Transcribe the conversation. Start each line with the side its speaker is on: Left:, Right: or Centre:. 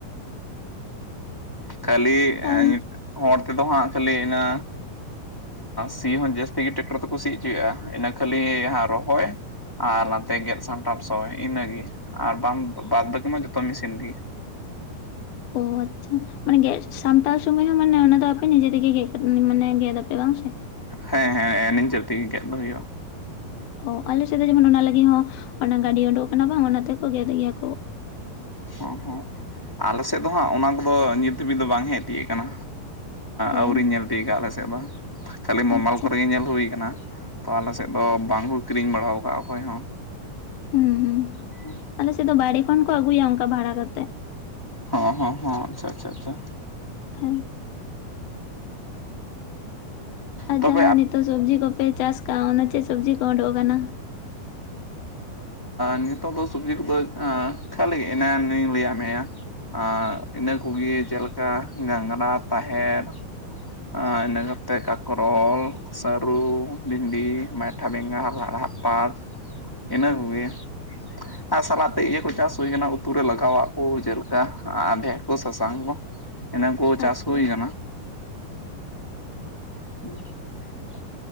Centre: ᱠᱷᱟᱹᱞᱤ
Left: ᱛᱟᱦᱚᱞ
Centre: ᱦᱚᱲ ᱛᱮᱫᱚ ᱦᱟᱸᱜ ᱠᱷᱟᱹᱞᱤ ᱤᱱᱟᱹ ᱥᱤ ᱦᱚᱸ ᱡᱟᱹᱥᱛᱤ ᱜᱮ ᱴᱮᱠᱴᱟᱨ ᱛᱮᱠᱚ ᱥᱤ ᱦᱚᱪᱚᱭᱮᱫᱼᱟ ᱤᱱᱟᱹ ᱠᱷᱟᱹᱞᱤ ᱦᱟᱸᱜ ᱨᱚᱦᱚᱭ ᱟᱨ ᱱᱟᱛᱮ ᱜᱮᱫ ᱥᱟᱢᱴᱟᱣ ᱥᱚᱢᱚᱭ ᱤᱱᱟᱹᱜᱮ, ᱟᱨ ᱵᱟᱝ ᱵᱟᱫᱽ ᱵᱟᱠᱤ ᱢᱟ ᱡᱚᱛᱚ ᱢᱮᱥᱤᱱ ᱫᱤᱭᱮ ᱾
Left: ᱚ ᱟᱪᱪᱷᱟ ᱢᱟᱱᱮ ᱜᱮᱫ ᱥᱟᱢᱴᱟᱣ ᱥᱩᱢᱟᱹᱭ ᱦᱚᱸ ᱢᱟᱱᱮ ᱚᱱᱟ ᱫᱚ ᱮ ᱱᱤᱡᱮ ᱛᱮᱜᱮ ᱜᱮ ᱢᱟᱱᱮ ᱜᱮᱫ ᱟᱯᱮ ᱵᱟᱝ ᱥᱮ᱾
Centre: ᱦᱮᱸ ᱦᱮᱸ ᱱᱤᱡᱟᱹᱨ ᱛᱮᱜᱮ ᱜᱮᱫ ᱫᱚ ᱦᱩᱭᱩᱜᱼᱟ᱾
Left: ᱚ ᱟᱞᱮ ᱥᱮᱫ ᱫᱚ ᱡᱮᱢᱚᱱ ᱚᱱᱟ ᱞᱟᱹᱜᱤᱫ ᱦᱚᱸ ᱚᱱᱟ ᱜᱟᱹᱰᱤ ᱩᱰᱩᱠ ᱠᱟᱱᱟ ᱵᱟᱝ ᱚᱱᱟ ᱛᱮᱠᱚ ᱜᱮᱫ ᱜᱮᱭᱟ ᱠᱚ᱾
Centre: ᱦᱚᱸ ᱦᱚᱸ ᱟᱞᱮ ᱥᱮᱫ ᱫᱚ ᱦᱟᱸᱜ ᱚᱱᱟ ᱠᱚᱫᱚ ᱱᱤᱛ ᱫᱷᱟᱹᱵᱤᱡ ᱫᱚ ᱵᱟᱝ ᱦᱮᱡ ᱛᱤᱭᱜ ᱠᱟᱱᱟ᱾
Left: ᱚ
Centre: ᱟᱹᱣᱨᱤᱧ ᱧᱮᱞᱛᱤᱭᱜ-ᱟ ᱟᱞᱮ ᱥᱮᱫ ᱫᱚ ᱠᱷᱟᱹᱞᱤ ᱢᱳᱵᱟᱭᱤᱞ
Left: ᱟᱪᱪᱷᱟ
Centre: ᱠᱚᱨᱮ ᱜᱮ ᱧᱮᱞ ᱦᱩᱭ ᱠᱟᱱᱟ᱾ ᱛᱚ ᱟᱞᱮ ᱥᱮᱫ ᱫᱚ ᱵᱟᱝᱠᱚ ᱠᱤᱨᱤᱧ ᱵᱟᱲᱟ ᱟᱠᱟᱫᱼᱟ ᱚᱠᱚᱭ ᱦᱚᱸ᱾
Left: ᱦᱩᱸᱦᱩᱸ᱾
Centre: <unintelligible>
Left: ᱟᱞᱮ ᱥᱮᱫ ᱫᱚ ᱵᱟᱭᱨᱮ ᱠᱷᱚᱱ ᱠᱚ ᱟᱹᱜᱩᱭᱟ ᱚᱱᱠᱟ ᱵᱷᱟᱲᱟ ᱠᱟᱛᱮ᱾
Centre: ᱦᱚᱸ ᱦᱚᱸ ᱟᱪᱪᱷᱟ ᱟᱪᱪᱷᱟ ᱟᱪᱪᱷᱟ᱾
Left: <unintelligible> ᱟᱨ
Centre: ᱛᱚᱵᱮ
Left: ᱡᱟᱦᱟᱸ ᱱᱤᱛᱚᱜ ᱥᱚᱵᱽᱡᱤ ᱠᱚᱯᱮ ᱪᱟᱥ ᱟᱠᱟᱜ, ᱚᱱᱟ ᱪᱮᱫ ᱥᱚᱵᱽᱡᱤ ᱠᱚ ᱩᱰᱩ ᱟᱠᱟᱱᱟ᱾
Centre: ᱱᱤᱛᱚᱜ ᱫᱚ ᱥᱚᱵᱽᱡᱤ ᱠᱚᱫᱚ ᱠᱷᱟᱹᱞᱤ ᱮᱱᱟᱱᱤᱧ ᱞᱟᱹᱭᱟᱫ ᱢᱮᱭᱟ, ᱟᱨ ᱤᱱᱟᱹ ᱠᱚᱜᱮ ᱪᱮᱫᱮᱠᱟ ᱰᱟᱝᱜᱽᱨᱟ, ᱛᱟᱦᱮᱨ ᱟᱨ ᱤᱱᱟᱹ ᱠᱚᱛᱮ ᱠᱟᱠᱨᱚᱞ, ᱥᱟᱹᱨᱩ, ᱵᱷᱤᱱᱰᱤ, ᱢᱟᱴᱷᱟ, ᱵᱮᱸᱜᱟᱲ, ᱞᱟᱲᱦᱟ, <unintelligible> ᱤᱱᱟᱹ ᱠᱚᱜᱮ, ᱟᱨ ᱥᱟᱞᱟᱜ ᱛᱮ ᱤᱭᱟᱹ ᱠᱚ ᱪᱟᱥ ᱦᱩᱭ ᱠᱟᱱᱟ ᱩᱛᱩ ᱨᱮ ᱞᱟᱜᱟᱣᱟᱜ ᱠᱚ ᱡᱮᱞᱮᱠᱟ ᱟᱫᱷᱮᱨ ᱠᱚ ᱥᱟᱥᱟᱝ ᱠᱚ᱾
Left: <unintelligible>
Centre: ᱮᱱᱟ ᱠᱚ ᱪᱟᱥ
Left: ᱟᱪᱪᱷᱟ
Centre: ᱦᱩᱭ ᱟᱠᱟᱱᱟ ᱾ <inaudible>